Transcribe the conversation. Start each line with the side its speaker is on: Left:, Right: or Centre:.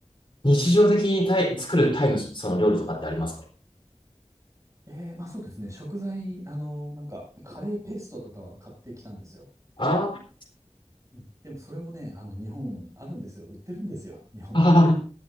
Left: 日常的にタイ、作るタイのその料理とかってありますか
Right: ええまあそうですね。食材、あの、なんか、カレーペーストとかは買ってきたんですよ。
Left: あ
Right: うん、でもそれもね、あの、日本あるんですよ。売ってるんですよ。日本って。
Left: あー、